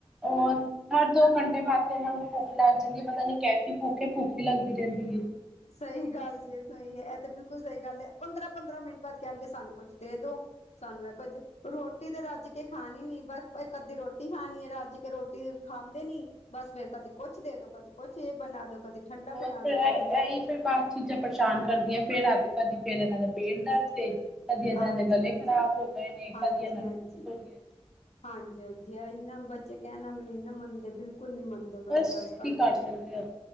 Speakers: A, in the centre; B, on the left.
A: ਔਰ ਹਰ ਦੋ ਘੰਟੇ ਵਾਸਤੇ ਇਹਨਾਂ ਨੂੰ? ਭੁੱਖ ਲੱਗ ਜਾਂਦੀ ਏ, ਪਤਾ ਨੀ ਕੈਸੀ ਭੁੱਖ, ਭੁੱਖ ਲੱਗੀ ਰਹਿੰਦੀ ਏ?
B: ਸਹੀ ਗੱਲ ਜੇ, ਸਹੀ ਇਹ ਤੇ ਬਿਲਕੁਲ ਸਹੀ ਗੱਲ ਹੈ ਪੰਦਰਾਂ ਪੰਦਰਾਂ ਮਿੰਟ ਬਾਅਦ ਕਹਿਣਗੇ ਸਾਨੂੰ ਕੁਛ ਦੇ ਦੋ? ਸਾਨੂੰ ਇਹ ਕੁੱਝ, ਰੋਟੀ ਤਾਂ ਰੱਜ ਕੇ ਖਾਣੀ ਨਈ, ਬਸ ਇੱਕ ਅੱਧੀ ਰੋਟੀ ਖਾਣੀ ਏ -ਰੱਜ ਕੇ ਰੋਟੀ ਖਾਂਦੇ ਨੀ ਬਸ ਫੇਰ ਕਦੇ ਕੁਛ ਦੇ ਦੋ ਕਦੇ ਕੁਛ ਇਹ ਬਣਾ ਦੋ ਕਦੇ ਠੰਡਾ
A: ਹੋਰ
B: ਬਣਾ
A: ਫਿਰ
B: ਦੋ ਕਦੀ ਯਾਰ
A: ਇਹੀ ਫਿਰ ਬਾਅਦ ਚੀਜ਼ਾਂ ਪਰੇਸ਼ਾਨ ਕਰਦੀਆਂ ਫੇਰ <unintelligible> ਫਿਰ ਇਹਨਾਂ ਦੇ ਪੇਟ ਦਰਦ ਕਦੀ ਇਦਾਂ
B: ਹਾਂਜੀ
A: ਦੇ ਗਲੇ
B: ਹਾਂਜੀ
A: ਖ਼ਰਾਬ ਹੋ ਗਏ ਨੇ
B: ਹਾਂਜੀ
A: ਕਦੀ ਇਹਨਾਂ
B: ਹਾਂਜੀ
A: ਨੂੰ ਕੁਛ ਹੋ ਗਿਆ
B: ਹਾਂਜੀ ਹਾਂਜੀ ਆਹੀ ਨਾ ਬੱਚੇ ਕਹਿਣਾ ਵੀ ਨਹੀਂ ਨਾ ਮੰਨਦੇ ਬਿਲਕੁਲ ਨੀ ਮੰਨਦੇ ਬੱਚੇ
A: ਬਸ
B: ਅੱਜ ਕੱਲ੍ਹ
A: ਕੀ ਕਰ
B: ਦੇ
A: ਸਕਦੇ ਹੋ